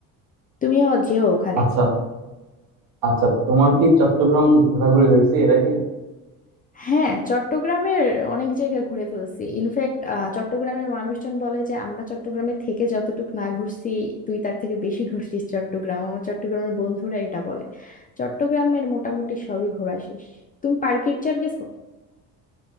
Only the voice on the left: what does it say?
তুমিও যেও ওখানে
হ্যাঁ চট্টগ্রামের অনেক জায়গায় ঘুরে ফেলছি ইনফ্যাক্ট চট্টগ্রামের মানুষজন বলে যে আমরা চট্টগ্রামে থেকে যতটুকু না ঘুরছি তুই তার থেকে বেশি ঘুরছিস চট্টগ্রাম আমার চট্টগ্রামের বন্ধুরা এটা বলে চট্টগ্রামের মোটামুটি সবই ঘোরা শেষ তুমি পার্কির চার গেছো